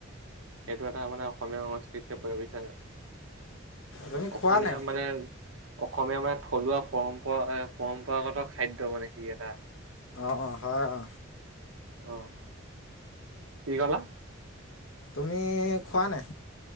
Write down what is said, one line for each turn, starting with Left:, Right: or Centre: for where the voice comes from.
Right: এইটো এটা মানে অসমীয়া সংস্কৃতিতে পৰে বুজিছা নে নাই
Left: তুমি
Right: অসমীয়া
Left: খোৱা নাই
Right: মানে অসমীয়া মানে থলুৱা পৰম্পৰা- পৰম্পৰাগত খাদ্য মানে সি এটা
Left: অঁ হয় অ।
Right: আহ কি কলা
Left: তুমি খোৱা নে